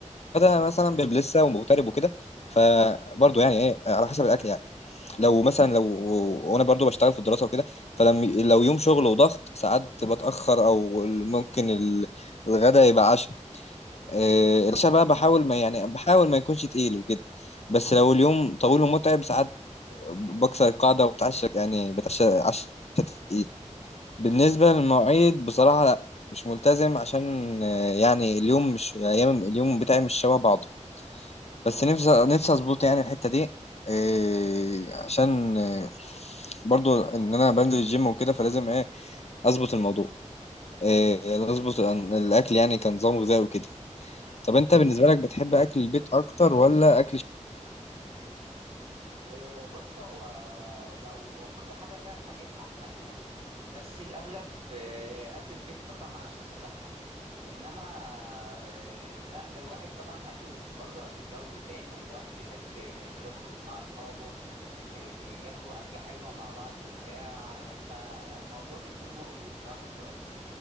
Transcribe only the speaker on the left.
ده مثلا بيبقى لسه ومغترب وكده فبرضه يعني ايه على حسب الاكل يعني لو مثلا لو وانا برضه بشتغل في الدراسه وكده فلما لو يوم شغل وضغط ساعات بتاخر او ممكن ال- الغدا يبقى عشاء آه العشاء بقى بحاول ما يعني بحاول ما يكونش تقيل وكده بس لو اليوم طويل ومتعب ساعات بكسر القاعده وبتعشى يعني بتعشى عشاء تقيل بالنسبة للمواعيد بصراحة لا مش ملتزم عشان آه، يعني اليوم مش أيام اليوم بتاعي مش شبه بعضه بس نفسي نفسي أظبط يعني الحتة دي آه، عشان آه، برضو إن أنا بنزل الجيم وكده فلازم إيه أظبط الموضوع آه، أظبط الأن- الأكل يعني كنظام غذائي وكده طب أنت بالنسبة لك بتحب أكل البيت أكتر ولا أكل